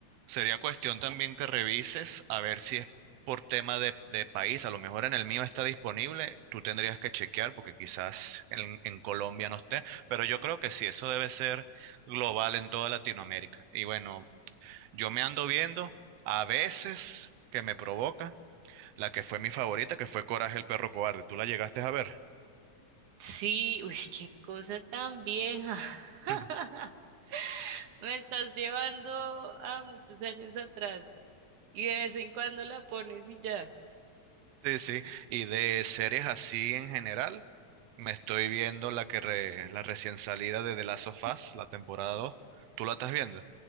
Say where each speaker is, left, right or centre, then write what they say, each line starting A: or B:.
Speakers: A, on the right; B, on the right.
A: Sería cuestión también que revises a ver si es por tema de, de país. A lo mejor en el mío está disponible. Tú tendrías que chequear porque quizás en, en Colombia no esté. Pero yo creo que sí, eso debe ser global en toda Latinoamérica. Y bueno, Yo me ando viendo a veces que me provoca la que fue mi favorita, que fue Coraje el perro cobarde. ¿Tú la llegaste a ver?
B: Sí, uy, qué cosa tan vieja. <laughs>
A: <laughs>
B: Me estás llevando a muchos años atrás y de vez en cuando la pones y ya.
A: Sí, sí. Y de series así en general, me estoy viendo la que re- la recién salida de The Last of Us, la temporada 2. ¿Tú la estás viendo?